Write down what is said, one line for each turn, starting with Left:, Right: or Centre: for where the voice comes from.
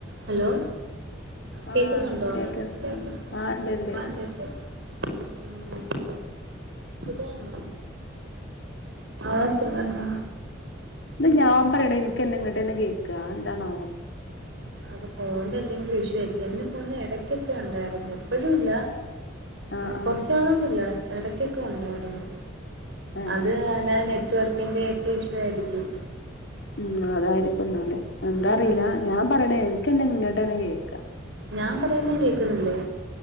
Right: Hello
Left: ആഹ്
Right: കേക്കുന്നുണ്ടോ
Left: കേക്ക്
Right: കേക്ക്‌ണ്
Left: ആഹ് ഇണ്ട് ഇണ്ട്
Right: ആ ണ്ട് ണ്ട് ഉം ഓക്കെ സുഖവാണോ ആ സുഖാണ്
Left: ഇത് ഞാൻ പറയ്ണ് ഇൻക്കെന്നെ ഇങ്ങ്ട്ടന്നെ കേക്കാ അത് എന്താണാവോ
Right: അത് ഫോൺന്റെ എന്തെങ്കിലും ഇഷ്യൂ ആയ്രിക്കും എന്റെ ഫോൺല് എടയ്ക്കൊക്കെ ഉണ്ടായിരുന്നു എപ്പോഴുംഇല്ല
Left: ആഹ്
Right: ഉം
Left: ആഹ്
Right: കൊർച്ചാളോണ്ടില്ല എടയ്ക്കൊക്കെ ഉണ്ടായിരുന്നു
Left: ആഹ്
Right: അത് എല്ലാ നെറ്റ് വർക്കിൻ്റെയൊക്കെ ഇഷ്യൂ ആയിരിക്കും
Left: ഉം അതായിരിക്കും ന്നാല് എന്താ
Right: ഉം
Left: അറിയില്ല ഞാൻ പറയ്ണേ ക്കെന്നെ ഇങ്ങട്ടന്നെ കേക്കാ
Right: ഞാൻ പറയുന്നേം കേക്കുന്നില്ലേ